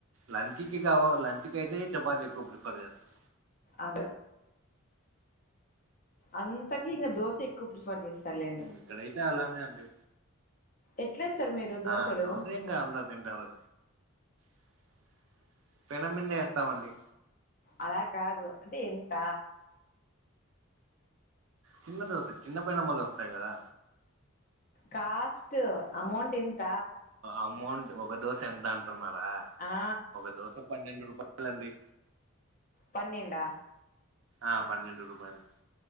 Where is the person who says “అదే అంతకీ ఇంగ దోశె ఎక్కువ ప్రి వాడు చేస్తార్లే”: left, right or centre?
Left